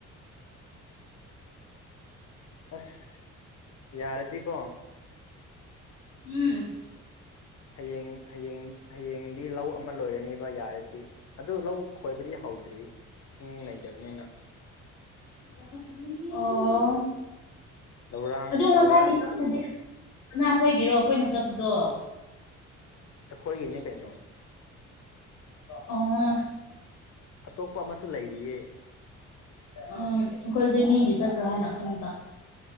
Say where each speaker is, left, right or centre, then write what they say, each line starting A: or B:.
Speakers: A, on the left (about 55°); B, on the left (about 85°).
A: ꯑꯁ ꯌꯥꯔꯗꯤꯀꯣ꯫
B: ꯎꯝ꯫
A: ꯍꯌꯦꯡ ꯍꯌꯦꯡ ꯍꯌꯦꯡꯗꯤ ꯂꯧ ꯑꯃ ꯂꯣꯏꯔꯅꯦꯕ ꯌꯥꯔꯗꯤ ꯑꯗꯨ ꯂꯧ ꯈꯣꯏꯕꯗꯤ ꯍꯧꯗ꯭ꯔꯤ꯫ ꯏꯁꯤꯡ ꯂꯩꯇꯕꯅꯤꯅ꯫
B: <unintelligible> ꯑꯣ꯫
A: ꯂꯧꯔꯥꯡ
B: ꯑꯗꯣ ꯉꯁꯥꯏꯒꯤ
A: ꯂꯧꯔꯥꯡ
B: ꯂꯧꯗꯨꯗꯤ꯫
A: ꯁꯨꯕꯗꯣ
B: ꯀꯅꯥꯈꯣꯏꯒꯤꯔꯣ ꯑꯩꯈꯣꯏꯅ ꯆꯠꯄꯗꯣ꯫
A: ꯑꯩꯈꯣꯏꯒꯤꯅꯦ ꯀꯩꯅꯣ꯫
B: ꯑ
A: ꯑꯇꯣꯞꯄ ꯑꯃꯁꯨ ꯂꯩꯔꯤꯌꯦ꯫
B: ꯎꯝ ꯑꯩꯈꯣꯏꯗ ꯃꯤꯒꯤ ꯆꯠꯄ꯭ꯔꯥ ꯍꯥꯏꯅ ꯈꯟꯕ꯫